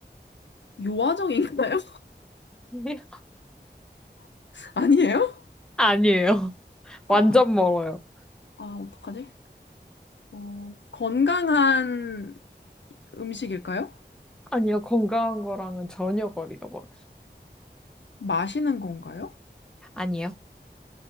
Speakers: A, on the left; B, in the centre.
A: 요아정인가요?
B: <laughs>
A: <laughs> 아니에요?
B: 아니에요. <laughs>
A: 아,
B: 완전 멀어요.
A: 아, 어떡하지? 어, 건강한 음식일까요?
B: 아니요, 건강한 거랑은 전혀 거리가 멀어요.
A: 마시는 건가요?
B: 아니요.